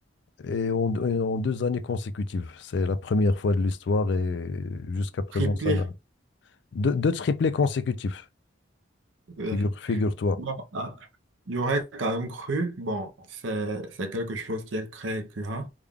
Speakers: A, on the left; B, on the right.
A: Et en, et en deux années consécutives, c'est la première fois de l'histoire, et jusqu'à présent,
B: Triplé.
A: ça n'a... Deux, deux triplés consécutifs,
B: euh,
A: figure, figure-toi.
B: Bon, ah, j'aurais quand même cru, bon, c'est c'est quelque chose qui est très récurrent,